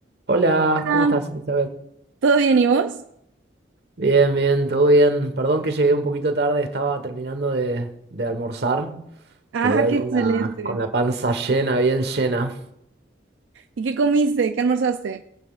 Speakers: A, on the right; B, on the right.
A: Hola,
B: Ah,
A: ¿cómo estás, Elizabeth?
B: ¿Todo bien y vos?
A: Bien, bien, todo bien. Perdón que llegué un poquito tarde, estaba terminando de, de almorzar.
B: Ah,
A: Quedé ahí
B: qué
A: con
B: excelente.
A: la, con la panza llena, bien llena.
B: ¿Y qué comiste? ¿Qué almorzaste?